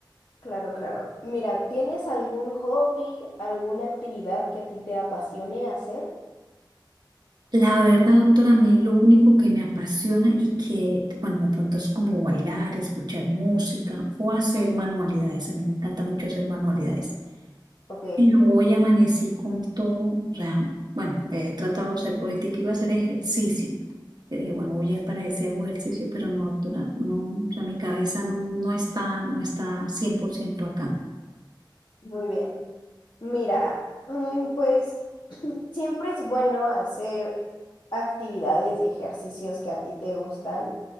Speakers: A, on the left (about 60°); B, on the right (about 55°).
A: claro, claro. Mira, ¿tienes algún hobby, alguna actividad que a ti te apasione hacer?
B: La verdad, doctora, a mí lo único que me apasiona y que, bueno, de pronto es como bailar, escuchar música o hacer manualidades. A mí me encanta mucho hacer manualidades.
A: Ok,
B: Pero hoy amanecí con todo, o sea, bueno, he tratado de hacer, ahorita que iba a hacer ejercicio, que dije, bueno, voy a para ese hago ejercicio, pero no, doctora, no, o sea, mi cabeza no, no está, no está 100% acá.
A: muy bien. Mm, Mira, mm, pues Siempre es bueno hacer actividades y ejercicios que a ti te gustan,